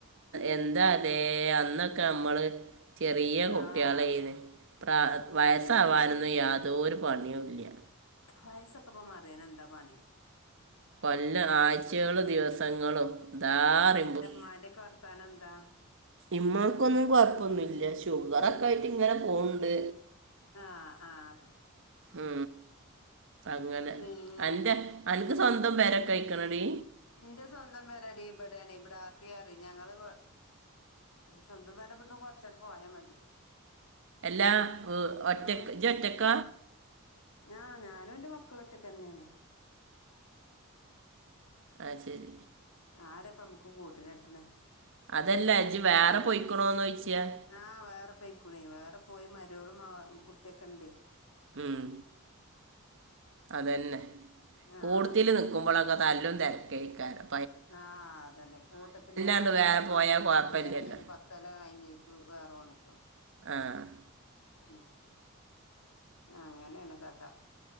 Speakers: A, on the right; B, on the left.
A: എന്താലേ അന്നൊക്കെ നമ്മള് ചെറിയ കുട്ടികള
B: ആഹ്
A: പ്ര വയസ്സാവാനൊന്നും
B: അതന്നെ
A: യാതൊരു പണിയുംല്ല
B: വയസൊക്കെ പ്പ മാറിയ നന്താ പണി
A: കൊല്ലം ആഴ്ചകളും ദിവസങ്ങളും ഇതാ അറിയും പം
B: മ്മാന്റെ ക്കെ വർ ത്താനംന്താ
A: ഇമ്മക്കൊന്നും കൊഴപ്പൊന്നുംല്ല ഷുഗർ ഒക്കെ ആയിട്ട് ഇങ്ങനെ പോണുണ്ട്
B: ആഹ് ആഹ്
A: ഉ അങ്ങനെ
B: പിന്നെ
A: അന്റെ അൻക്ക് സ്വന്തം പേരെക്കെ ആയെക്കണടീ
B: എന്റെ സ്വന്തം പേരാടി ഇവിടെയാണ് ഇവിടെ ആത്തിയറി ഞങ്ങള് സ്വന്തം പരാ ഇവടുന്ന് കൊർ ചെറുപ്പായ മതി
A: എല്ലാ
B: ഉം
A: ഒറ്റക്ക്
B: ഉം
A: ജ്ജ് ഒറ്റക്ക
B: ആഹ് ഞാനും ന്റെ മക്കളും ഒറ്റക്കന്നേണ്
A: അയ്ശരി
B: ആരപ്പ മ്മക്ക് കൂട്ടിനിട്ട്ണ്
A: അതല്ല ജ്ജ് വേറെ പൊയിക്കണോന്ന് ചോയ്ച്ച
B: ആഹ് വേറെ പെയ്ക്കുണേ വേറെ പോയി മരോളും മാ കുട്ടിയൊക്കെ ഇണ്ടേ
A: ഉം അതന്നെ
B: ആഹ്
A: കൂടുത്തിൽ നിക്കുമ്പോളൊക്കെ തല്ലും തെരക്കായിക്കാരം
B: ആഹ് അതന്നെ കൂട്ടത്തില് ഞാനൊക്കെപ്പന്തെന്റെ
A: ആണ്ട് വേറെ പോയാൽ കുഴപ്പമില്ലല്ലോ
B: കല്യാണം കയിഞ്ഞ് പത്തൊല്ലം കയിഞ്ഞേ ക്ക്‌ വേറെ പോന്ന്ക്ക്‌ണു
A: ആഹ്
B: ഉം അങ്ങനേണ് കഥ